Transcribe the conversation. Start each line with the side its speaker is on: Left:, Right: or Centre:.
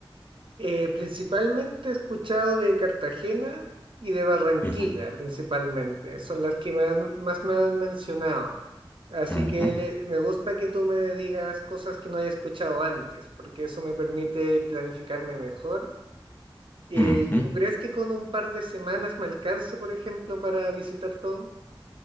Right: Eh, principalmente he escuchado de Cartagena y de Barranquilla,
Left: Ujú,
Right: principalmente. Son las que más, más me han mencionado. Así
Left: ujú,
Right: que le- me gusta que tú me digas cosas que no haya escuchado antes, porque eso me permite planificarme mejor Eh,
Left: ujú.
Right: ¿tú crees que con un par de semanas me alcance, por ejemplo, para visitar todo?